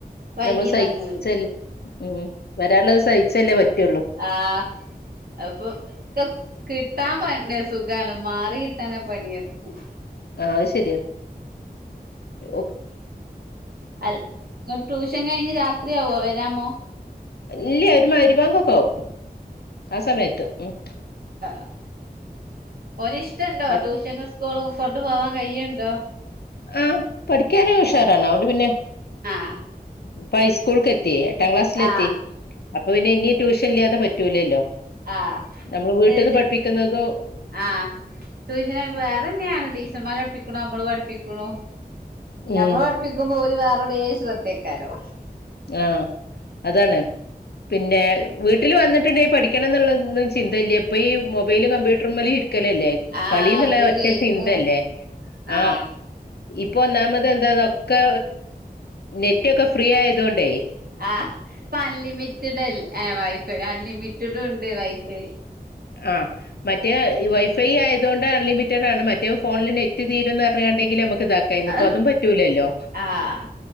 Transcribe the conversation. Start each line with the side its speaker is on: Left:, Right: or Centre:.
Right: വൈകി
Left: നമ്മൾ സഹിച്ചല്ലേ
Right: തങ്ങൂല്
Left: ഉം വരുള്ളത് സഹിച്ചല്ലേ പറ്റുള്ളു
Right: ആഹ് അപ്പൊ ക്കകിട്ടാൻ <unintelligible> സുഖാണ് മാറി കിട്ടാനാ പണി പറഞ്ഞ്
Left: ആഹ അത് ശെരിയാ ഓ
Right: അ ഇങ്ങോട്ട് ട്യൂഷൻ കഴിഞ്ഞ് രാത്രിയാവ വരാമോ
Left: ഇല്ല ഒരു മഗ്രിബ് ബാങ്കൊക്കാവും ആ സമയത്ത് ഉം
Right: ആ ഓന് ഇഷ്ടണ്ടോ
Left: അത്
Right: ട്യൂഷനും സ്കൂളും കൊ ണ്ട് പോവാൻ കയുണ്ടോ
Left: ആ പഠിക്കാന് ഉഷാറാണ് അത്കൊണ്ട് പിന്നെ
Right: ആഹ്
Left: പ്പം ഹൈസ്കൂൾക്ക് എ ത്തി എട്ടാം ക്ലാസ്സിലെത്തി
Right: ആഹ്
Left: അപ്പൊ പിന്നെ ഇനി ട്യൂഷൻ ഇല്ലാതെ പറ്റൂലല്ലോ
Right: ആഹ്
Left: നമ്മൾ വീട്ടിൽന്ന്
Right: ഏച്ചി
Left: പഠിപ്പിക്കുന്നതും
Right: ആഹ് ട്യൂഷന് വേറെന്നെയാണ് ടീ ച്ചർമാര് പഠപ്പിക്കുണ് നമ്മളും പഠിപ്പിക്കുണ്
Left: ഉം
Right: ഞമ്മളും പഠിപ്പിക്കുമ്പോൾ ഓല് വേറെ വേ ശ്രദ്ധക്കാരോ
Left: ആഹ അതാണ് പിന്നെ വീട്ടില് വന്നിട്ടുണ്ടെങ്കി പഠിക്കണം എന്നുള്ളൊന്നും ചിന്തയില്ല ഇപ്പൊ ഈ മൊബൈലും കമ്പ്യൂട്ടറും മേലെ ഇരി- ക്കലല്ലേ
Right: ആഹ്
Left: കളിന്നുള്ള
Right: ഒരു
Left: ഒറ്റ
Right: ഗെയിമു
Left: ചിന്തയല്ലേ ആ
Right: ആഹ്
Left: ഇ പ്പൊ ഒന്നാമത് എന്താ ഒക്കെ നെറ്റൊക്കെ ഫ്രീ ആയത്കൊണ്ടേ
Right: ആഹ് ഇപ്പൊ അൺലിമിറ്റഡ് അല്ലേ ആ വൈഫൈ അൺലിമിറ്റഡുണ്ട് വൈഫൈ
Left: ആ മറ്റേ വൈഫൈ ആയതുകൊണ്ട് അൺലിമിറ്റഡ് ആണ് മറ്റേ ഫോണിൽ നെറ്റ് തീരുന്ന് പറഞ്ഞുകൊണ്ട് നമുക്ക് ഇതാക്കായാണ്ന്നു ഇത്
Right: ആഹ്
Left: ഇപ്പൊ അതും പറ്റൂലല്ലോ
Right: ആഹ്